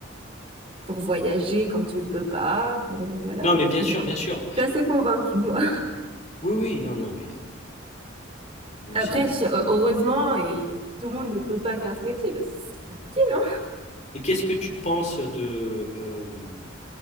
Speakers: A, on the right; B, on the left.
A: pour voyager quand tu peux pas. Voilà,
B: Non, mais bien
A: je,
B: sûr,
A: je
B: bien sûr.
A: suis assez convaincue moi.
B: Oui, oui, non, non, mais heu, moi
A: Après,
B: aussi,
A: heureusement, et tout le monde ne peut pas faire ce métier parce que ce serait compliqué. Hein.
B: et qu'est-ce que tu penses de, hem,